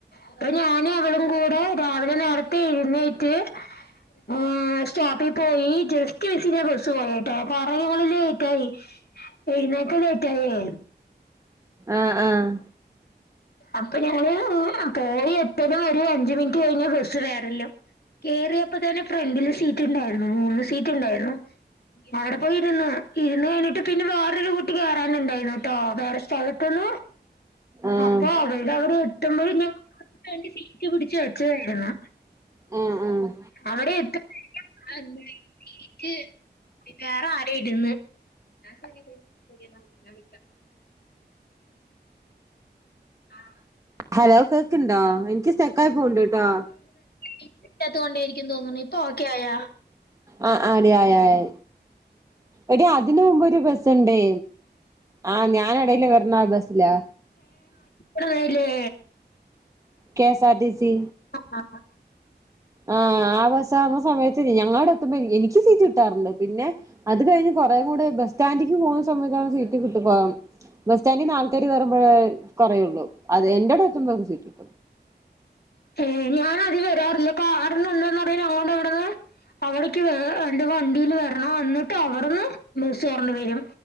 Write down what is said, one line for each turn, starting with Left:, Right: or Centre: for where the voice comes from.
Left: അപ്പൊ ഞാനും അവളും കൂടെ രാവിലെ നേര ത്തെ എഴുന്നേറ്റ് ഉം സ്റ്റോപ്പി പോയി ജസ്റ്റ് മിസ്സിനാ ബസ് പോയട്ടെ. കാരണം ഓള് ലേറ്റ് ആയി എഴുന്നേക്കാൻ ലേറ്റ് ആയേ.
Right: ആഹ് ആഹ്
Left: അപ്പൊ ഞാന് പോയി എത്തലും ഒരു അഞ്ചു മിനിറ്റ് കഴിഞ്ഞാ ബസ്സ് വരലും. കേറിയപ്പോ തന്നെ ഫ്രണ്ടില് സീറ്റുണ്ടായിരുന്നു. മൂന്ന് സീറ്റുണ്ടായിരുന്നു. അവിടെ പോയി ഇരുന്ന്. ഇരുന്ന് കഴിഞ്ഞിട്ട് പിന്നെ വേറൊരു കൂട്ടി കേറാനുണ്ടായിരുന്നൂട്ടോ വേറെ സ്ഥലത്ത്ന്ന്.
Right: ആഹ് ആഹ്
Left: അപ്പൊ അവളുടെ അവിടെ എത്തുമ്പഴേ ഞാൻ അവക്ക് വേണ്ടി സീറ്റ് പിടിച്ചു വെച്ചതാരുന്നു.
Right: ആഹ് ആഹ്
Left: അവിടെ എത്തുമ്പോഴേക്കും സീറ്റ് വേറെ ആരോ ഇര്ന്ന്. എന്നാ ശരി ഡി ശരി എന്നാ പിന്നെ വിളിക്കാം. ആഹ് <unintelligible>
Right: ഹലോ കേക്ക്ണ്ടോ? എനിക്ക് സ്റ്റക്കായി പോണ്ടുട്ടാ.
Left: റേഞ്ച് ഇല്ലാത്ത കൊണ്ടേയിരിക്കുന്ന് തോന്നണ്. ഇപ്പ ഓക്കെ ആയാ?
Right: ആഹ് ആയടി ആയി ആയി. എടി അതിന് മുമ്പ് ഒരു ബസുണ്ടെ. ആഹ് ഞാൻ എടയില് വരുന്ന ആ ബസിലാ.
Left: ആണില്ലേ
Right: K S R T C
Left: <unintelligible>
Right: ആഹ് ആ ബസാവുമ്മ സമയത്ത് ഞങ്ങളെ അവിടെ എത്തുമ്പോ എനിക്ക് സീറ്റ് കിട്ടാറുണ്ട്. പിന്നെ അത് കഴിഞ്ഞ് കൊറേ കൂടെ ബസ് സ്റ്റാൻഡ്ക്ക് പോകുന്ന സമയത്താണ് സീറ്റ് കിട്ടാ പോകും. ബസ് സ്റ്റാൻഡിന്ന് ആൾക്കാര് കേറുമ്പഴേ കൊറയുള്ളൂ. അത് എന്റെ അവിടെ എത്തുമ്പോക്ക് സീറ്റു കിട്ടും.
Left: ഏയ് ഞാന് അതിൽ വരാറില്ല. കാരണം എന്തന്നറിയോ ഞങ്ങളെ ഇവിടെന്ന് അവിടക്ക് വേ രണ്ട് വണ്ടിയിൽ വരണം. എന്നിട്ട് അവിടന്ന് ബസ് കേറണ്ടി വരും.